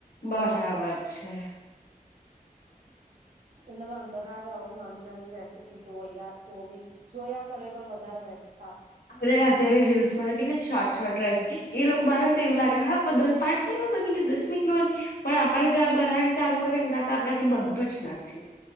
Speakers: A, on the left; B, on the right.
A: બરાબર છે.
B: એટલે વાંધો આવે આવું નાની નાની રેસીપી જોયા જોવી જોયા કરએ તો વધારે બેઠ
A: અરે અત્યારે રીલ્સમાં તો કેટલી શોર્ટ શોર્ટ રેસિ. એ લોકો બનાએ તો એવું લાગે હા દ પાંચ મિનિટમાં બની કે દસ મિનિટમાં બ પણ આ પણ જારે બનાવને ચાલુ કરી ને ત આપડા થી બનતું જ નથી.